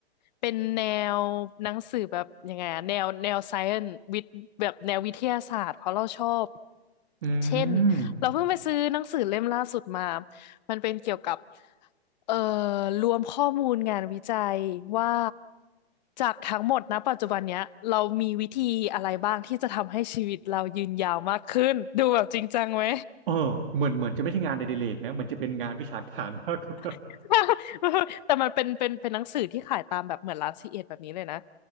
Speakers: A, on the left; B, on the right.
A: เป็นแนวหนังสือแบบยังไงอะแนวแนวไซเอนวิทแบบแนววิทยาศาสตร์เพราะเราชอบ
B: อื
A: เช่น
B: ม
A: เราเพิ่งไปซื้อหนังสือเล่มล่าสุดมามันเป็นเกี่ยวกับเอ่อรวมข้อมูลงานวิจัยว่าจากทั้งหมดนะปัจจุบันเนี้ยเรามีวิธีอะไรบ้างที่จะทำให้ชีวิตเรายืนยาวมากขึ้นดูแบบจริงจังไหม
B: เออเหมือนเหมือนจะไม่ใช่งานอดิเรกนะเหมือนจะเป็นงานวิชาการมากกว่า
A: <laughs> แต่มันเป็นเป็นเป็นหนังสือที่ขายตามแบบเหมือนร้านซีเอ็ดแบบนี้เลยนะ